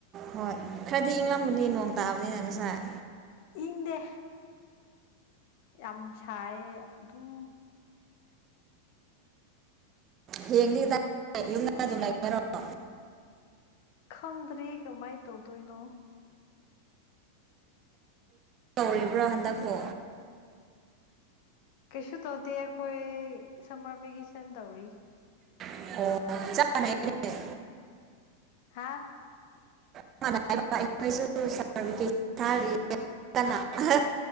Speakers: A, on the right; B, on the left.
A: ꯍꯣꯏ ꯈꯔꯗꯤ ꯏꯪꯉꯝꯒꯅꯤ ꯅꯣꯡ ꯇꯥꯕꯅꯤꯅ ꯉꯁꯥꯏ꯫
B: ꯏꯪꯗꯦ꯫ ꯌꯥꯝ ꯁꯥꯏꯌꯦ ꯑꯗꯨꯝ꯫
A: ꯍꯌꯦꯡꯗꯤ <unintelligible> ꯌꯨꯝꯗ ꯑꯗꯨꯝ ꯂꯩ <unintelligible>
B: ꯈꯪꯗ꯭ꯔꯤ ꯀꯃꯥꯏꯅ ꯇꯧꯗꯣꯏꯅꯣ꯫
A: ꯇꯧꯔꯤꯕ꯭ꯔꯣ ꯍꯟꯗꯛꯄꯣ꯫
B: ꯀꯩꯁꯨ ꯇꯧꯗꯦ ꯑꯩꯈꯣꯏ ꯁꯝꯃꯔ ꯚꯦꯀꯦꯁꯟ ꯇꯧꯔꯤ꯫
A: ꯑꯣ <unintelligible>
B: ꯍꯥꯥꯎ꯫
A: <unintelligible>